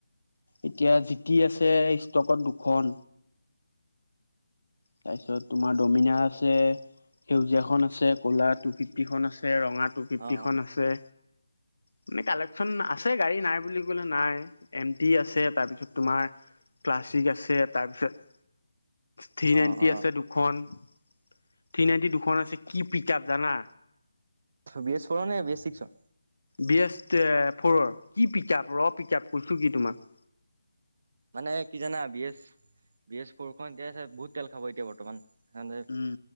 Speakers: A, on the left; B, on the right.
A: এতিয়া জিটি আছে ষ্টকত দুখন। তাৰপিছত তোমাৰ দমিনা আছে সেউজীয়াখন আছে ক'লা টু ফিফটিখন আছে ৰঙাত, টু ফিফটিখন
B: অ
A: আছে। মানে কালেক্সন আছে গাড়ী নাই বুলি কলে নাই এম টি আছে তাৰপিছত তোমাৰ। ক্লাছিক আছে তাৰপিছত। থ্ৰী
B: অ
A: নাইণ্টি
B: অ
A: আছে দুখন থ্ৰী নাইণ্টি দুখন আছে কি পিক আপ জানা।
B: বেছ কৰ নে বেছ চিকচত।
A: বি এছ ফ'ৰৰ কি পিক আপ ৰ পিক আপ কৈছোঁ কি তোমাক।
B: মানে কি জানা B S B S four খন এতিয়া আছে বহুত তেল খাব এতিয়া বৰ্তমান। সানে
A: উম